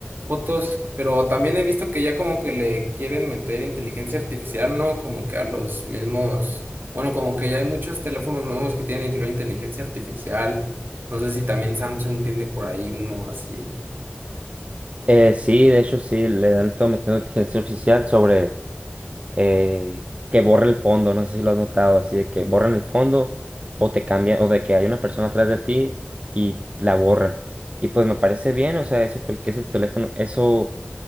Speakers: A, on the right; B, on the right.
A: fotos, pero también he visto que ya como que le quieren meter inteligencia artificial, ¿no? Como que a los mismos, bueno, como que ya hay muchos teléfonos nuevos que tienen incluida inteligencia artificial. No sé si también Samsung tiene por ahí uno así.
B: Eh, sí, de hecho sí, le han estado metiendo inteligencia artificial sobre eh, que borre el fondo, no sé si lo has notado, así de que borran el fondo o te cambian, o de que hay una persona atrás de ti y la borra. Y pues me parece bien, o sea, eso, cual- ese teléfono, eso